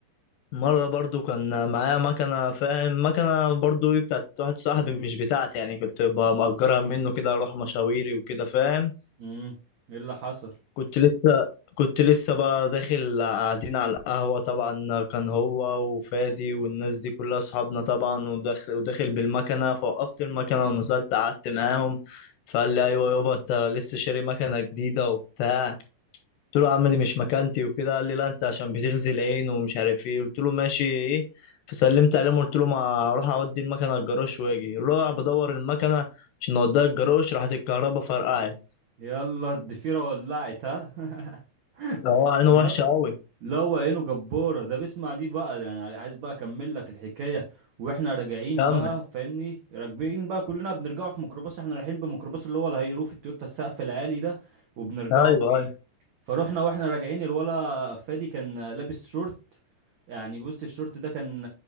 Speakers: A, on the left; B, on the right.
A: مره برضو كان معايا مكنه فاهم مكنه برضو ايه بتاعت واحد صاحبي مش بتاعتي يعني كنت بأجرها منه كده اروح مشاويري وكده فاهم
B: امم ايه اللي حصل
A: كنت لسه كنت لسه بقى داخل قاعدين على القهوة طبعا كان هو وفادي والناس دي كلها أصحابنا طبعا وداخل وداخل بالمكنة فوقفت المكنة ونزلت قعدت معاهم فقال لي أيوة يابا أنت لسه شاري مكنة جديدة وبتاع قلت له يا عم دي مش مكانتي وكده قال لي لا أنت عشان بتغزي العين ومش عارف إيه قلت له ماشي إيه فسلمت عليهم قلت له ما أروح أودي المكنة الجراج وأجي رايح بدور المكنة عشان أوديها الجراج راحت الكهرباء فرقعت
B: يلا الضفيره ولعت ها <laughs>
A: أه عينه
B: لا
A: وحشة أوي
B: لا هو عينه جبارة ده بيسمع دي بقى يعني عايز بقى اكمل لك الحكاية واحنا راجعين
A: كمل
B: بقى فاهمني راكبين بقى كلنا بنرجعوا في ميكروباص احنا رايحين بميكروباص اللي هو الهيروف التويوتا السقف العالي ده وبنرجعوا
A: ايوه
B: فيه
A: ايوه
B: فروحنا واحنا راجعين الولا فادي كان لابس شورت يعني بص الشورت ده كان